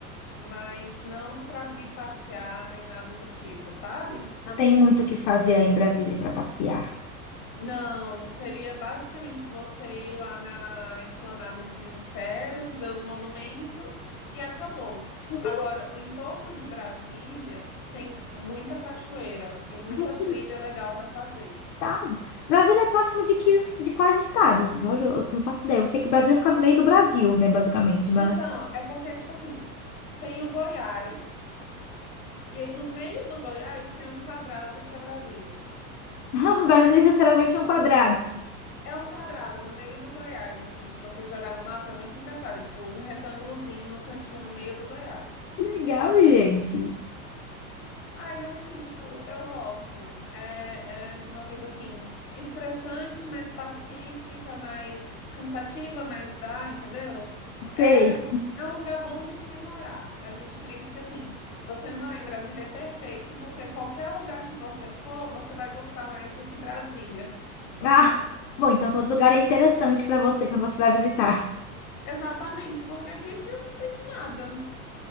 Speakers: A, on the left; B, on the left.
A: mas não para vir passear nem nada do tipo, sabe?
B: não tem muito o que fazer aí em Brasília pra passear.
A: Não, seria basicamente você ir lá na Esplanada dos Ministérios, ver os monumentos e acabou.
B: Não tem.
A: Agora, o entorno de Brasília tem muita cachoeira e muita
B: Ai, que
A: trilha
B: lindo.
A: legal para fazer.
B: Tá. Brasília é próximo de, que, de quais estados? Olha, eu não faço ideia. Eu sei que o Brasil fica no meio do Brasil, né, basicamente, mas
A: Então, é porque, tipo assim, tem o Goiás, e aí no meio do Goiás tem um quadrado que é Brasília.
B: <laughs> Brasília é literalmente um quadrado.
A: É um quadrado no meio do Goiás, assim, se você jogar no mapa é muito engraçado, é tipo um retângulozinho no cantinho no meio do Goiás.
B: Que legal, gente.
A: Ai, mas assim, tipo, eu gosto. É, é uma vida assim, estressante, mas pacífica, mais cansativa, mas dá, entendeu?
B: Sei.
A: É, um- é um lugar bom de se morar. A gente brinca que assim, você morar em Brasília é perfeito, porque qualquer lugar que você for, você vai gostar mais do que Brasília.
B: Ah, bom, então todo lugar é interessante para você quando você vai visitar.
A: <laughs> Exatamente, porque aqui isso é nada.